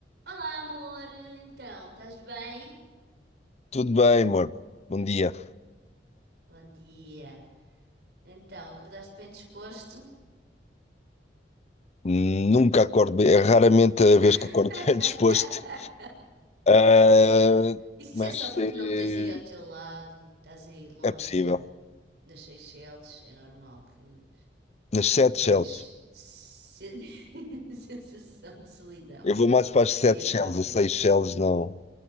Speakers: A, on the right; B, on the left.
A: Olá, amor. Então, estás bem?
B: Tudo bem, amor. Bom dia.
A: Bom dia. Então, acordaste bem disposto?
B: Nunca acordo bem. É raramente a
A: <laughs>
B: vez que acordo <laughs> bem disposto. Ah,
A: Isso
B: mas
A: é só porque
B: eh,
A: não me tens aí ao teu lado, estás aí longe
B: é possível.
A: na- nas Seychelles. É normal que
B: Nas sete shells.
A: tenhas se- <laughs> sensação de solidão.
B: Eu vou mais para as sete
A: E acordo,
B: shells. Os seis shells não.